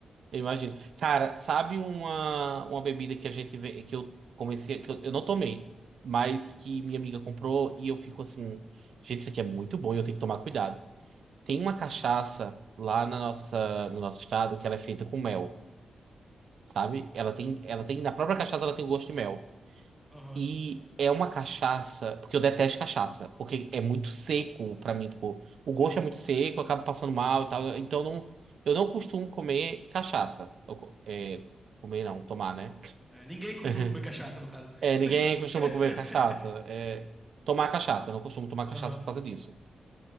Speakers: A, on the right; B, in the centre.
A: Eu imagino. Cara, sabe uma, uma bebida que a gente vê, que eu comecei, que eu, eu não tomei, mas que minha amiga comprou e eu fico assim, gente, isso aqui é muito bom e eu tenho que tomar cuidado. Tem uma cachaça lá na nossa, no nosso estado que ela é feita com mel, sabe? Ela tem, ela tem, na própria cachaça ela tem o gosto de mel.
B: Aham,
A: E é uma cachaça, porque eu detesto cachaça, porque é muito seco pra mim, tipo, o gosto
B: sim,
A: é muito seco,
B: sim.
A: eu acabo passando mal e tal, então não, eu não costumo comer cachaça. Eu co- é, comer não, tomar, né?
B: É, ninguém costuma
A: <laughs>
B: comer cachaça, no caso.
A: É, ninguém
B: <laughs>
A: costuma comer cachaça, é, tomar cachaça, eu não costumo tomar
B: Aham,
A: cachaça por causa disso.